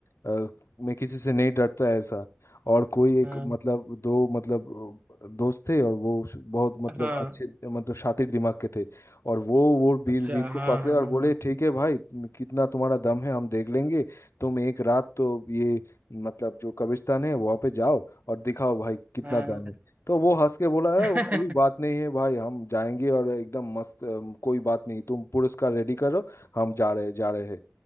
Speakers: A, on the left (about 75°); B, on the right (about 35°).
A: अ, मैं किसी से नहीं डरता है ऐसा और कोई एक
B: हाँ
A: मतलब दो मतलब अ, दोस्त थे और वो बहुत मतलब
B: हाँ
A: अच्छे मतलब शातिर दिमाग के थे और वो वो वीर
B: अच्छा
A: वीर को
B: हाँ
A: पकड़े
B: हाँ
A: और बोले
B: हाँ
A: ठीक है भाई तुम- कितना तुम्हारा दम है हम देख लेंगे तुम एक रात तो ये मतलब जो कब्रिस्तान है वहाँ पे जाओ और दिखाओ भाई कितना
B: हाँ
A: दम है तो वो हंस के बोला है
B: <laughs>
A: कोई बात नहीं है भाई हम जाएंगे और एकदम मस्त अम, कोई बात नहीं तुम पुरस्कार रेडी करो हम जा रहे जा रहे हैं